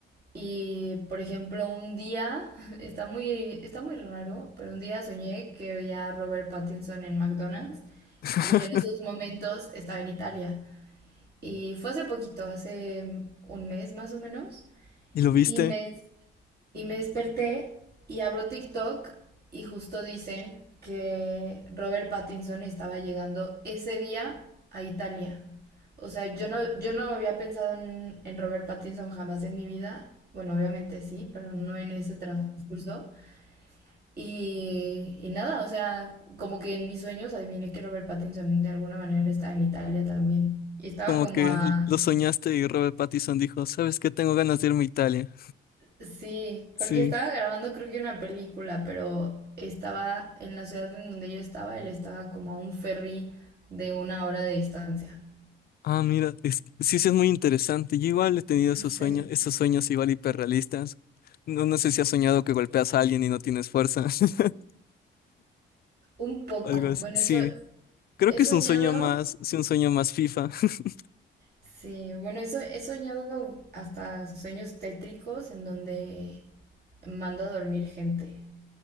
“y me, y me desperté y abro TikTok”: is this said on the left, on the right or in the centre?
Right